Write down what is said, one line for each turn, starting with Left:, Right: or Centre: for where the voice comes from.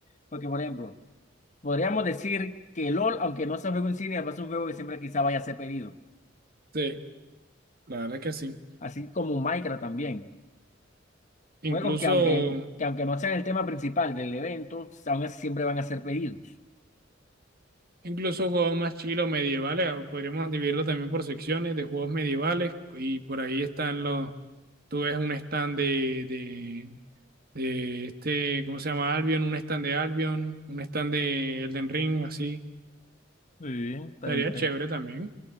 Left: porque por ejemplo, podríamos decir que LOL, aunque no sea juego insignia, va a ser un juego que siempre quizá vaya a ser pedido,
Right: Sí, la verdad que sí.
Left: así como Minecraft también,
Right: Incluso,
Left: juegos que aunque, que aunque no sean el tema principal del evento, aún así siempre van a ser pedidos.
Right: incluso juegos más chilos medievales, ah, podríamos dividirlo también por secciones de juegos medievales y por ahí están los, tú ves un stand de, de, de este, ¿cómo se llama? Albion, un stand de Albion, un stand de Elden Ring, así.
Left: Sí, tan
Right: Estaría
Left: interesante.
Right: chévere también.